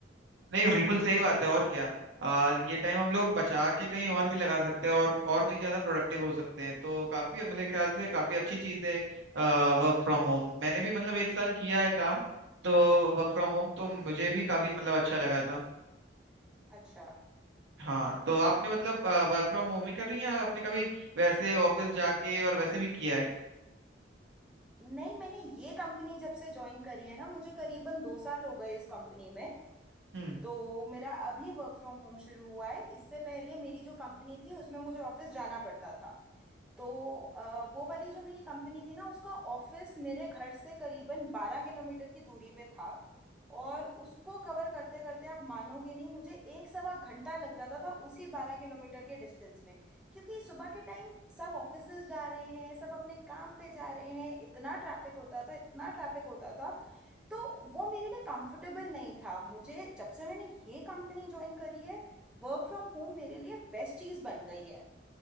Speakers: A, on the right; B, in the centre.
A: नहीं बिल्कुल सही बात है और क्या आ, ये टाइम हम लोग बचा के कहीं और भी लगा सकते हैं और और भी ज्यादा प्रोडक्टिव हो सकते हैं तो काफी मेरे ख्याल से काफी अच्छी चीज है वर्क फ्रॉम होम मैंने भी मतलब एक साल किया है काम तो वर्क फ्रॉम होम तो मुझे भी काफी मतलब अच्छा लगा था
B: अच्छा
A: हाँ तो आपने मतलब वर्क फ्रॉम होम ही कर रही हैं या आपने कभी वैसे ऑफिस जाके और वैसे भी किया है
B: नहीं मैंने ये कंपनी जब से ज्वाइन करी है ना मुझे करीबन दो साल हो गए इस कंपनी में
A: हम्म
B: तो मेरा अभी वर्क फ्रॉम होम शुरू हुआ है इससे पहले मेरी जो कंपनी थी उसमें मुझे ऑफिस जाना पड़ता था तो अ, वो वाली जो मेरी कंपनी थी ना उसका ऑफिस मेरे घर से करीबन बारह किलोमीटर की दूरी पे था और उसको कवर करते करते आप मानोगे नहीं मुझे एक सवा घंटा लग जाता था उसी बारह किलोमीटर के डिस्टेंस में क्योंकि सुबह के टाइम सब ऑफिसेज जा रहे हैं सब अपने काम पे जा रहे हैं इतना ट्रैफिक होता था इतना ट्रैफिक होता था तो वो मेरे लिए कंफर्टेबल नहीं था मुझे जब से मैंने ये कंपनी ज्वाइन करी है वर्क फ्रॉम होम मेरे लिए बेस्ट चीज़ बन गई है